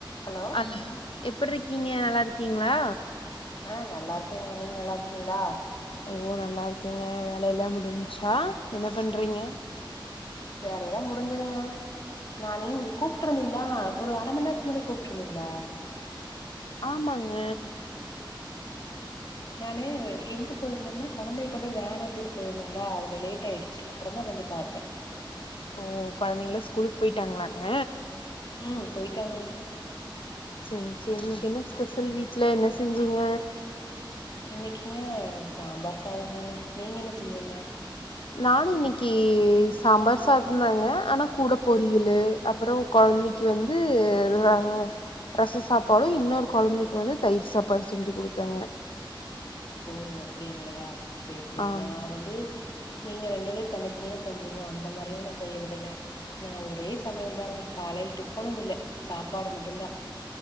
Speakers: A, on the left (about 55°); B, on the left (about 85°).
A: hello
B: ம் எப்டி இருக்கீங்க நல்லா இருக்கீங்ளா
A: ஆ நல்லா இருக்கேங்க நீங்க நல்லா இருக்கீங்ளா
B: ஓ நல்லா இருக்கேங்க வேலையெல்லாம் முடிஞ்ச்சா என்ன பண்றீங்க
A: வேலயெல்லாம் முடிஞ்சதுங்க நானு நீங்க கூப்ட்டு இருந்தீங்ளா ஒரு அர மணி நேரத்துக்கு முன்னாடி கூப்ட்டுருந்தீங்ளா
B: ஆமாங்க
A: நானு எங்க போயிருந்தேங்கன்னா கொழந்தைய கொண்டு வேன் ஏத்தி விட போயிருந்தேங்களா அதுல லேட் ஆயிடுச்சி அப்புறம் தா வந்து பாத்தே
B: ஓ கொழந்தைங்கலா ஸ்கூலுக்கு போயிட்டாங்களாங்க
A: ம் போயிட்டாங்க
B: சேரி சேரி இன்னைக்கு என்ன ஸ்பெஷல் வீட்ல என்ன செஞ்சீங்க
A: இன்னைக்குங்க சாம்பார் சாதம் தாங்க நீங்க என்ன செஞ்சீங்க
B: நானும் இன்னைக்கு சாம்பார் சாதம் தாங்க ஆனா கூட பொரியலு அப்புறம் கொழந்தைக்கு வந்து ர ரச சாப்பாடும் இன்னொரு கொழந்தைக்கு வந்து தயிர் சாப்பாடு செஞ்சி குடுத்தேங்க
A: ஓ அப்டிங்கிளா சேரி சேரி
B: ஆமா
A: நா வந்து நீங்க ரெண்டு பேர் தனித்தனியா செஞ்சீங்க அந்த மாரியலா நா செய்யறது இல்ல நா ஒரே சமையல் தாங்க காலையில டிஃபனும் இல்ல சாப்பாடு மட்டுந்தா